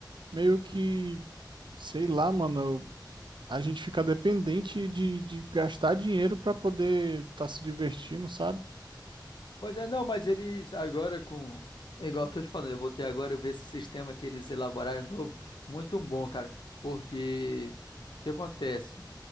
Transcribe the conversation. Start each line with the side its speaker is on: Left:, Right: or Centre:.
Right: meio que, sei lá, mano, a gente fica dependente de, de gastar dinheiro pra poder estar se divertindo, sabe?
Left: Pois é, não, mas eles agora com. é Igual eu tô te falando, eu voltei agora, eu vi esse sistema que eles elaboraram novo, muito bom, cara. Porque o que acontece?